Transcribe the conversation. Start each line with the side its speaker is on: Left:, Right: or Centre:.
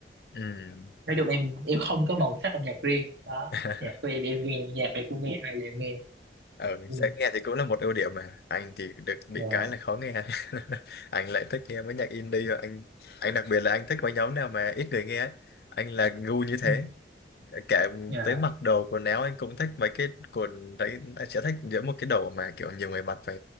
Left: ừ
Right: nói chung em em không có màu sắc âm nhạc riêng đó
Left: <laughs>
Right: nhạc của em em nghe nhạc này cũng nghe hay là em nghe
Left: ừ
Right: ừ.
Left: dễ nghe thì cũng là một ưu điểm mà anh thì được bị
Right: dạ
Left: cái là khó nghe <laughs> anh lại thích nghe mấy nhạc indie và anh anh đặc biệt là anh thích mấy nhóm nào mà ít người nghe ấy. anh là ngu như thế
Right: Ừ.
Left: kể
Right: dạ
Left: tới mặc đồ quần áo anh cũng thích mấy cái quần đấy anh sẽ thích giữa một cái đồ mà kiểu nhiều người mặc và